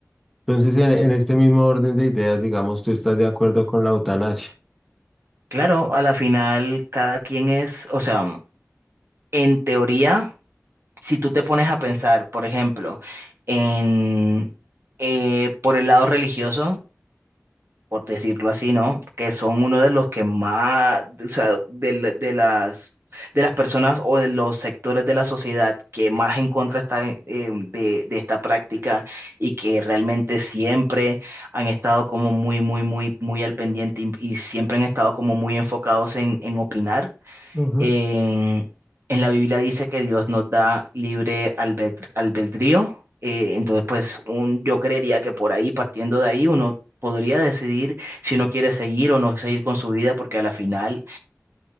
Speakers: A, in the centre; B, on the right.
A: Entonces, en, en este mismo orden de ideas, digamos, ¿tú estás de acuerdo con la eutanasia?
B: Claro, a la final cada quien es, o sea, en teoría, si tú te pones a pensar, por ejemplo, en eh, por el lado religioso, por decirlo así, ¿no? Que son uno de los que más, o sea, de, la- de las, de las personas o de los sectores de la sociedad que más en contra están eh, de, de esta práctica y que realmente siempre han estado como muy, muy, muy, muy al pendiente y, y siempre han estado como muy enfocados en, en opinar.
A: Ujú,
B: En, en la Biblia dice que Dios nos da libre albed- albedrío. eh, entonces, pues un, yo creería que por ahí, partiendo de ahí, uno podría decidir si uno quiere seguir o no seguir con su vida, porque a la final,